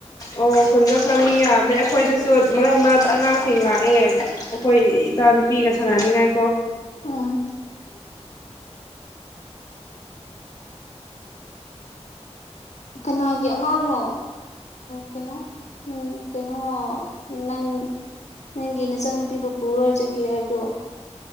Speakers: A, on the left (about 30°); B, on the left (about 75°).
A: ꯑꯣ ꯈꯨꯨꯟꯗ ꯈꯔ ꯃꯤ ꯌꯥ ꯑꯩꯈꯣꯏꯗꯁꯨ ꯃꯔꯛ ꯃꯔꯛꯇ ꯑꯉꯥꯡꯁꯤꯡ ꯂꯥꯛꯑꯦ ꯑꯩꯈꯣꯏ ꯏꯆꯥꯅꯨꯄꯤꯒꯁꯨ ꯁꯥꯟꯅꯅꯤꯡꯉꯥꯏꯀꯣ
B: ꯑꯥ ꯀꯅꯥꯒꯤ ꯑꯉꯥꯡꯅꯣ ꯀꯩꯅꯣ ꯀꯩꯅꯣ ꯅꯪ ꯅꯪꯒꯤ ꯅꯆꯟꯅꯨꯄꯤꯕꯨ ꯄꯨꯔꯣꯏꯖꯒ ꯍꯥꯏꯕꯗꯣ